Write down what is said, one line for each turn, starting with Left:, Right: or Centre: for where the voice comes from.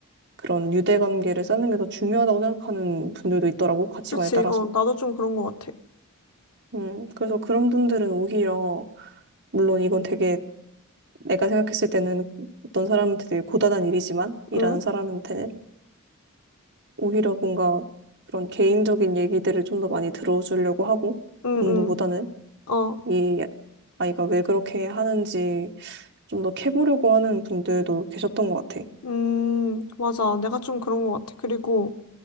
Right: 그런 유대관계를 쌓는 게 더 중요하다고 생각하는 분들도 있더라고, 가치관에
Left: 그치,
Right: 따라서.
Left: 어, 나도 좀 그런 것 같아.
Right: 음, 그래서 그런 분들은 오히려, 물론 이건 되게 내가 생각했을 때는 어떤 사람한테 되게 고단한 일이지만, 일하는
Left: 응,
Right: 사람한테는 오히려 뭔가 그런 개인적인 얘기들을 좀 더 많이 들어주려고 하고,
Left: 응,
Right: 공부보다는
Left: 응, 어.
Right: 이 아이가 왜 그렇게 하는지 좀 더 캐보려고 하는 분들도 계셨던 것 같아.
Left: 음, 맞아. 내가 좀 그런 것 같아. 그리고